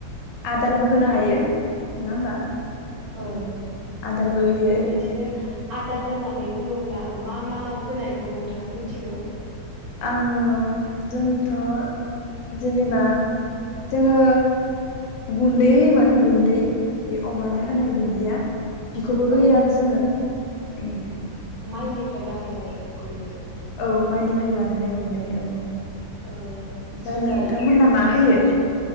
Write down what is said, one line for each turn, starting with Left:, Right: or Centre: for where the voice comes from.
Left: आदारबो होनो हायो। नङा होमबा
Right: औ-औ
Left: औ आदारबो होयो
Right: बेबायदिनो आदार होननानै बुङोब्ला आ मा-मा होनायखौ नोंथाङा मोनथिगौ?
Left: आङो जोंथ'। जेनेबा। जोङो गुन्दै होयोमोन गुन्दै। बे अमानो
Right: औ
Left: होनाय गुन्दैया बिखौबो होयो
Right: औ
Left: आरो जोङो। उम।
Right: माइनिफ्राय बानायनाय गुन्दै।
Left: औ माइनिफ्राय बानायनाय गुन्दै औ।
Right: ओयो।
Left: दा
Right: जुजाय
Left: नोंथांमोना मा
Right: जुजाय
Left: होयो